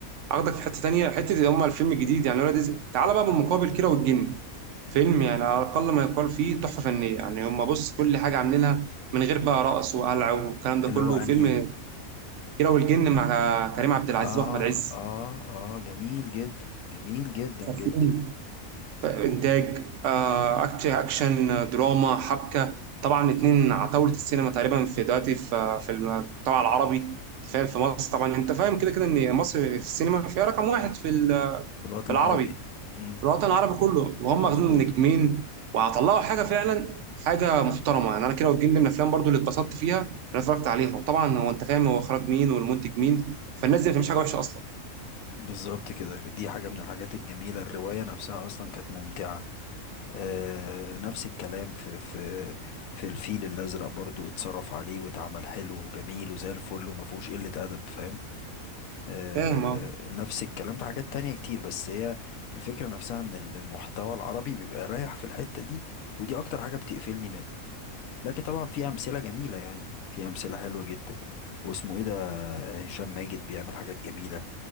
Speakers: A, on the right; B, on the left.
A: هاخدك في حته ثانيه حته اللي هم الفيلم الجديد يعني ولاد رزق تعالى بقى بالمقابل كيرة والجن فيلم يعني على الأقل ما يقال فيه تحفة فنية يعني هم بص كل حاجة عاملينها من غير بقى رقص وقلع والكلام ده
B: اللي
A: كله
B: هو أنهي
A: فيلم كيرة والجن مع كريم عبد العزيز
B: آه
A: وأحمد عز
B: آه آه جميل جدا جميل جدا
A: صارفين
B: جدا
A: ف- إنتاج آه، أكش- أكشن آه، دراما حبكة طبعا اتنين عتاولة السينما تقريبا في دلوقتي في في المجتمع العربي أنت فاهم في مصر طبعا أنت فاهم كده كده إن مصر في السينما فيها رقم واحد في ال-
B: في الوطن
A: في العربي
B: العربي مم.
A: في الوطن العربي كله وهم
B: مظبوط
A: واخدين نجمين وهطلعوا حاجه فعلا حاجه محترمه يعني انا كده والجن دي من الافلام برضو اللي اتبسطت فيها اللي أنا اتفرجت عليها وطبعا هو انت فاهم هو اخراج مين والمنتج مين فالناس دي ما بتعملش حاجه وحشه اصلا
B: بالظبط كده دي حاجة من الحاجات الجميلة الرواية نفسها أصلا كانت ممتعة آه نفس الكلام في في في الفيل الأزرق برضو اتصرف عليه واتعمل حلو وجميل وزي الفل وما فيهوش قلة أدب فاهم آه
A: فاهم اه
B: نفس الكلام في حاجات تانية كتير بس هي الفكرة نفسها إن ال- المحتوى العربي بيبقى رايح في الحتة دي ودي أكتر حاجة بتقفلني منه لكن طبعا في أمثلة جميلة يعني في أمثلة حلوة جدا واسمه إيه ده هشام ماجد بيعمل حاجات جميلة